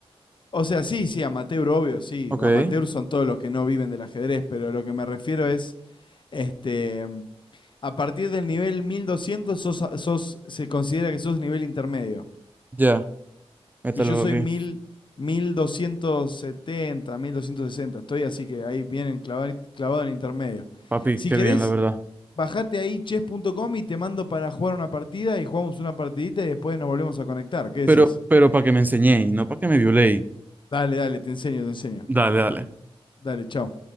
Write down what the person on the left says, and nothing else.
O sea, sí, sí, amateur, obvio, sí.
Amateur son todos los que no viven del ajedrez, pero lo que me refiero es, este, a partir del nivel 1200 sos, a- sos- se considera que sos nivel intermedio.
Y yo
soy 1000, 1270, 1260, estoy así que ahí vienen clavado, clavado en intermedio.
Si
querés,
bajate ahí chess.com y te mando para jugar una partida y jugamos una partidita y después nos volvemos a conectar. ¿Qué decís?
Dale, dale, te enseño, te enseño.
Dale, chao.